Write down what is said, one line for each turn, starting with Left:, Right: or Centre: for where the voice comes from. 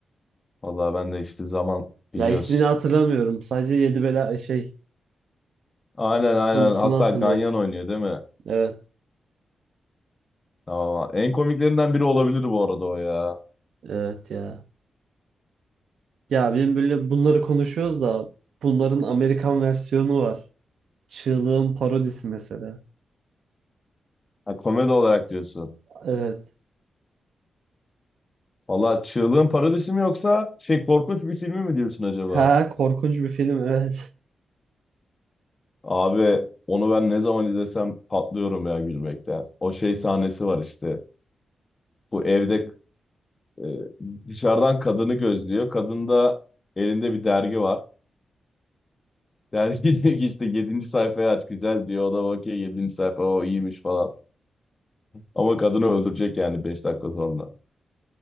Left: Vallahi ben de işte zaman biliyorsun.
Right: Ya ismini hatırlamıyorum. Sadece Yedi Bela şey
Left: Aynen aynen.
Right: konusunu
Left: Hatta
Right: hatırlıyorum.
Left: Ganyan oynuyor değil mi?
Right: Evet,
Left: Tamam. En komiklerinden biri olabilir bu arada o ya.
Right: evet ya. Ya benim böyle bunları konuşuyoruz da bunların Amerikan versiyonu var. Çığlığın parodisi mesela.
Left: Ha, komedi olarak diyorsun.
Right: Evet.
Left: Vallahi Çığlığın Paradisi mi yoksa şey korkunç bir filmi mi diyorsun acaba?
Right: Ha korkunç bir film evet.
Left: Abi onu ben ne zaman izlesem patlıyorum ya gülmekten. O şey sahnesi var işte. Bu evde e, dışarıdan kadını gözlüyor. Kadın da elinde bir dergi var. Dergi <laughs> diyor ki işte yedinci sayfayı aç güzel diyor. O da bakıyor yedinci sayfa o iyiymiş falan. Ama kadını öldürecek yani 5 dakika sonra.